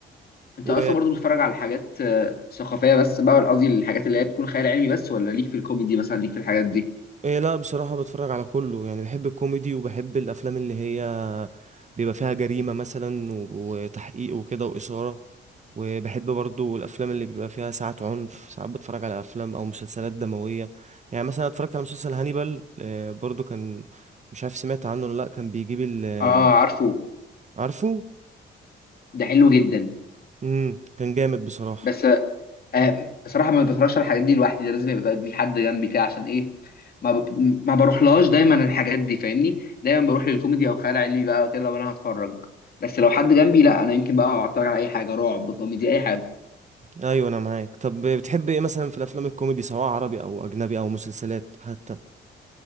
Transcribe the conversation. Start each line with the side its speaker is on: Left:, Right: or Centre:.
Left: انت
Right: و
Left: اصلا برضو بتتفرج على حاجات آه، ثقافيه بس بقى ولا قصدي الحاجات اللي هي بتكون خيال علمي بس ولا ليك في الكوميدي مثلا ليك في الحاجات دي
Right: إيه لا بصراحة بتفرج على كله يعني بحب الكوميدي وبحب الافلام اللي هي بيبقى فيها جريمة مثلا و- وتحقيق وكده وإثارة وبحب برضو الافلام اللي بيبقى فيها ساعات عنف ساعات بتفرج على افلام او مسلسلات دمويه يعني مثلا اتفرجت على مسلسل هانيبال آه، برضو كان مش عارف سمعت عنه ولا لا كان بيجيب ال آه،
Left: اه عارفه
Right: عارفه
Left: ده حلو جدا
Right: امم كان جامد بصراحه
Left: بس آه بصراحه ما بتفرجش على الحاجات دي لوحدي ده لازم يبقى في حد جنبي كده عشان ايه ما ب... ما بروحلهاش دايما الحاجات دي فاهمني دايما بروح للكوميدي او خيال علمي بقى كده لو انا هتفرج بس لو حد جنبي لا انا يمكن بقى اتفرج على اي حاجه رعب كوميدي اي حاجه
Right: ايوه انا معاك طب بتحب ايه مثلا في الافلام الكوميدي سواء عربي او اجنبي او مسلسلات حتى